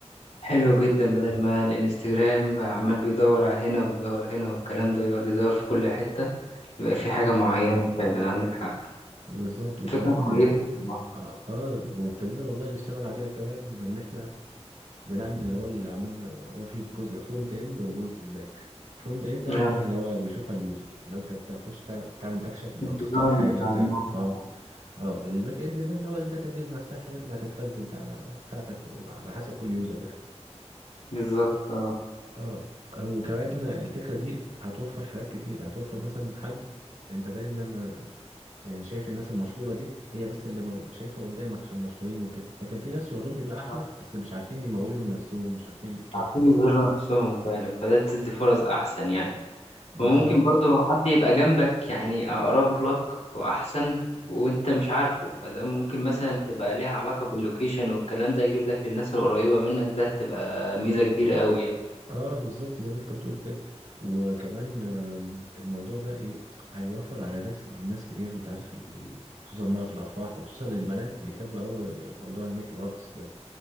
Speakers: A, on the left (about 70°); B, on the right (about 85°).
A: حلو جدا بدل ما الانستجرام عمال بيدور على هنا ويدور هنا والكلام ده يقعد يدور في كل حتة يبقى في
B: بالظبط
A: حاجة معينة فعلا عندك حق
B: بالظبط وكمان
A: فكرة كويسة
B: اه,
A: والله
B: آه آه، وابتدينا والله نشتغل عليها كمان ان احنا بنعمل اللي هو اللي عملنا هو في جزء فرونت اند وجزء باك فرونت اند ده
A: آه،
B: الحاجه اللي هو بيشوفها اليوزر اللي هو انت بتخش تع- تعمل اكشن لو
A: الديزاين
B: تختار حاجه
A: بتاع
B: بتاع
A: الموقع
B: اه اه الباك اند ده اللي هو الداتابيز نفسها الحاجات اللي هتتخزن بقى بتاعتك وعلى حسب كل يوزر يعني
A: بالظبط اه
B: اه وكمان الفكرة دي هتوفر حاجات كتير هتوفر مثلا حد انت دايما يعني شايف الناس المشهورة دي هي بس اللي مو... شايفها قدامك عشان مشهورين وكده لكن في ناس شغلهم بيبقى احلى
A: صح.
B: بس مش عارفين يمولوا لنفسهم مش عارفين كده
A: عارفين يظهروا نفسهم فعلا فده تدي فرص أحسن يعني
B: بالظبط
A: وممكن برضه حد يبقى جنبك يعني أقرب لك وأحسن وأنت مش عارفه فده ممكن مثلا تبقى ليها علاقة باللوكيشن والكلام ده يجيب لك للناس القريبة منك ده تبقى ميزة كبيرة أوي يعني
B: اه بالظبط زي ما انت بتقول كده وكمان آه، الموضوع ده ايه هيوفر على ناس الناس كتير انت عارف ال... خصوصا بقى في الافراح وخصوصا البنات بيحبوا قوي موضوع الميك اب ارتست